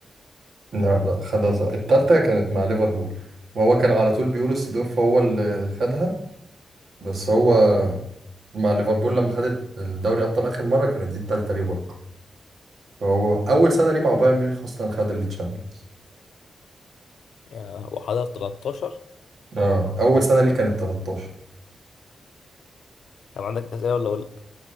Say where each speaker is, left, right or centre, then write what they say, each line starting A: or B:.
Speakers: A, on the right; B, on the left.
A: لا لا خدها صح التالتة كانت مع ليفربول وهو كان على طول بيقولوا سيدورف هو اللي خدها بس هو مع ليفربول لما خدت الدوري أبطال آخر مرة كانت دي التالتة ليه برضه فهو أول سنة ليه مع بايرن ميونخ أصلا خد التشامبيونز
B: يا- وحضر 13
A: اه أول سنة ليه كانت 13
B: طب عندك اسئله ولا اقول لك